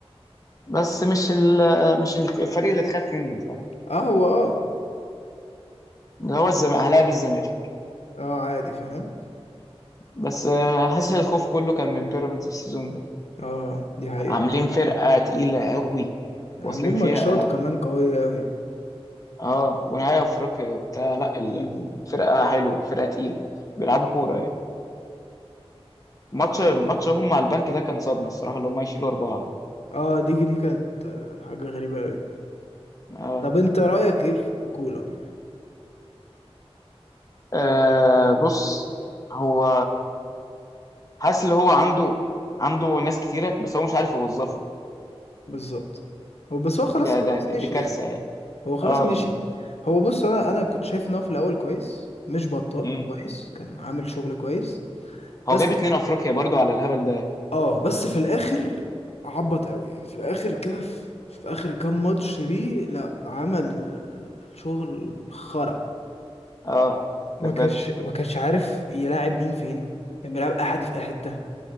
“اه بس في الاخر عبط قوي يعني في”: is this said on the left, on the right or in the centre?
Left